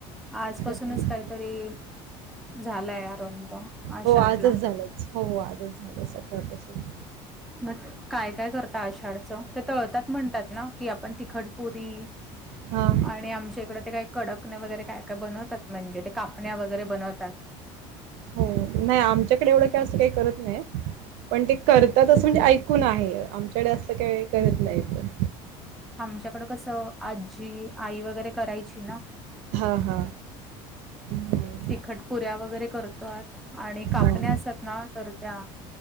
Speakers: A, in the centre; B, on the right.
A: आजपासुनच
B: करतात
A: काहीतरी झालाय आरंभ आषाढला
B: हो आजच झालंच. हो आजच झालं सकाळपासुन
A: मग काय काय करत आषाढचं ते तळतात म्हणतात ना की आपण तिखटपुरी
B: हां.
A: आणि आमच्या इकड ते काय कडक नाही वगैरे काय काय बनत. म्हणजे ते कापण्या वगैरे बनवतात‌
B: हो नाही आमच्याकडे एवढं काय असं काही करत नाही. पण ते करतात असं म्हणजे ऐकून आहे आमच्याकडे असं काहीवेळी करत नाही. कोण.
A: आमच्याकडं कसं आजी आई वगैरे करायची ना
B: हां हां हं,
A: तिखटपुऱ्या वगैरे करतात आणि कापण्या
B: हां.
A: असत ना तर त्या